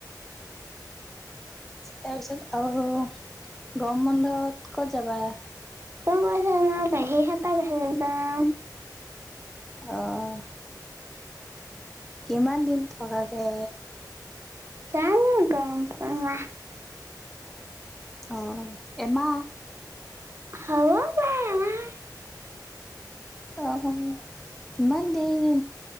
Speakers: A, in the centre; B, on the right (about 35°).
A: তাৰপিছত আৰু গমৰ বন্ধত ক'ত যাবা।
B: ফুৰিবলৈ মই পেহি‌ হত'ৰ ঘৰত যায়।
A: আহ', কিমান দিন থকাকে।
B: জানো‌ গম পোৱা নই।
A: অ', এমাহ।
B: হ'ব পাৰে। আমাৰ
A: অ', ইমান দেৰি।